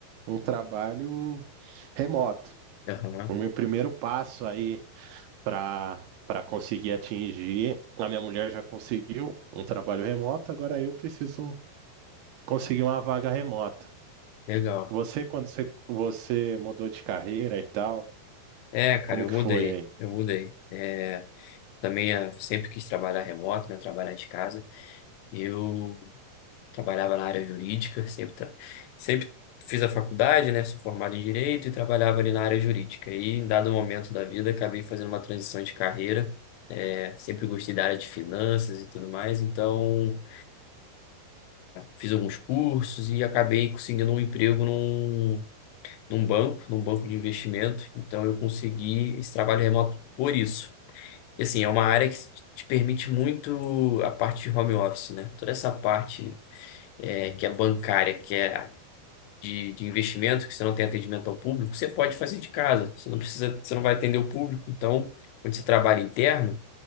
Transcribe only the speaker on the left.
Aham,
Legal.
É, cara,
eu
mudei.
Eu mudei. É, também eh, sempre quis trabalhar remoto, né? Trabalhar de casa. Eu trabalhava na área jurídica, sempre, tra- sempre fiz a faculdade, né? Sou formado em direito e trabalhava ali na área jurídica. E em dado momento da vida, acabei fazendo uma transição de carreira. É, sempre gostei da área de finanças e tudo mais, então fiz alguns cursos e acabei conseguindo um emprego num, num banco, num banco de investimento. Então eu consegui esse trabalho remoto por isso. E assim, é uma área que te permite muito a parte de home office, né? Toda essa parte é, que é bancária, que é de, de investimento, que você não tem atendimento ao público, você pode fazer de casa. Você não precisa, você não vai atender o público. Então, quando você trabalha interno,